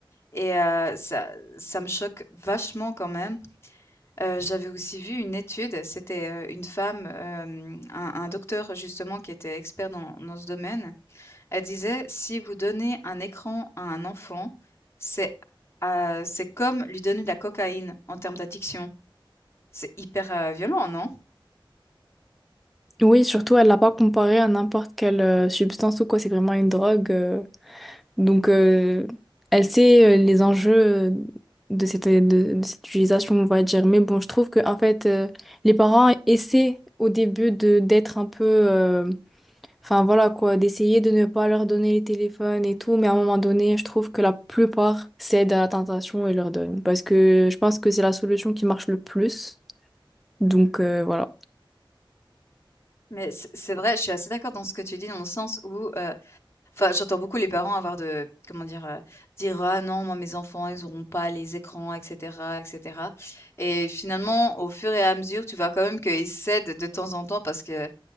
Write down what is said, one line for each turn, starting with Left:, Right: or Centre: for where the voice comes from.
Left: et heu, ça ça me choque vachement quand même. Heu, j'avais aussi vu une étude, c'était, heu, une femme, hem, un un docteur justement qui était expert dans dans ce domaine. Elle disait: «Si vous donnez un écran à un enfant, c'est, heu, c'est comme lui donner de la cocaïne en termes d'addiction». C'est hyper, heu, violent, non?
Centre: Oui, surtout, elle l'a pas comparé à n'importe quelle euh, substance ou quoi, c'est vraiment une drogue. euh, Donc, euh, elle sait euh, les enjeux euh, de cette, de, de cette utilisation, on va dire. Mais bon, je trouve que en fait, euh, les parents essaient au début de d'être un peu, euh, enfin voilà quoi, d'essayer de ne pas leur donner les téléphones et tout. Mais à un moment donné, je trouve que la plupart cèdent à la tentation et leur donnent. Parce que je pense que c'est la solution qui marche le plus. Donc euh, voilà.
Left: Mais c C'est vrai, je suis assez d'accord dans ce que tu dis dans le sens où, heu Enfin, j'entends beaucoup les parents avoir de comment dire? Heu, dire: «Ah non, moi mes enfants, ils n'auront pas les écrans et cetera et cetera» et finalement, au fur et à mesure, tu vois quand même qu'ils cèdent de temps en temps parce que